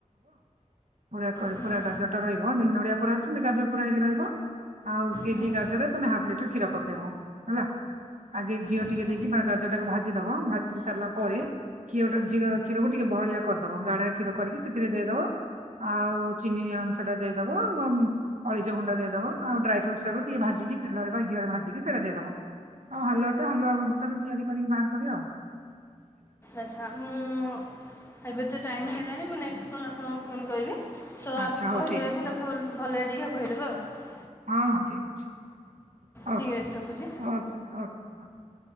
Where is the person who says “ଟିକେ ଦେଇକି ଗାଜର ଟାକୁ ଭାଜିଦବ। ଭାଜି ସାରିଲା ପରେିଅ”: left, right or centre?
Right